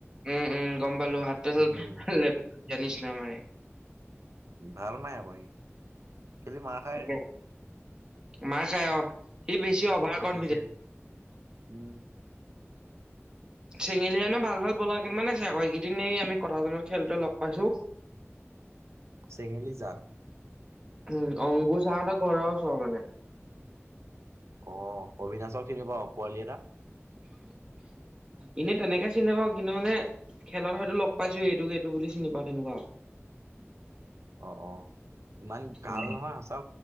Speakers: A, on the right; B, on the right.
A: উম, উম গম পালো হাতাল
B: উম
A: ল জানিছ ন মমাৰে।
B: ভাল মায় আকি খেলি মাৰ খাই
A: তাকে মাৰ খাই অ'। সি বেছি অভাৰ
B: পছ
A: কনফিডেন্ট
B: আছে উম
A: চেঙেলিয় ন ভাল ভাল বলাৰ কেইমান আছে, আকৌ এইকেইদনে আমি কথা জনত খেলতে লগ পাইছো <inaudible>
B: চেঙেলি যাক
A: উম অংগুৰ চাহতৰ ঘৰৰও চৰ মানে
B: অ অবিনাশক চিনিব পোৱালি এটা
A: এনে তেনেকে চিনি নাপাও কিন্তু মানে খেলত হয়তো লগ পাইছো এইটোক এইটো বুলি চিনি পাওঁ তেনেকুৱা
B: অ অ ইমান
A: আৰু।
B: ভাল নহয় সঁচা